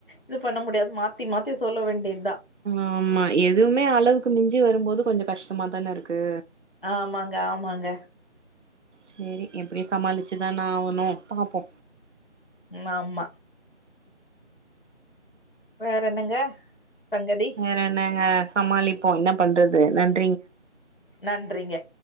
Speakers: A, on the left; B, on the right.
A: இது பண்ண முடியா மாத்தி மாத்தி சொல்ல வேண்டிய
B: ஆமா எதுவுமே அளவுக்கு மிஞ்சி வரும்போது கொஞ்சொ கஷ்டமா தானே இருக்கு
A: ஆமாங்க ஆமாங்க
B: சேரி எப்டி சமாளிச்சுதான ஆகணு பாப்போ
A: ம் ஆமா வேற என்னங்க சங்கதி
B: வேற என்னங்க சமாளிப்போ என்ன பண்றது நன்
A: நன்றிங்க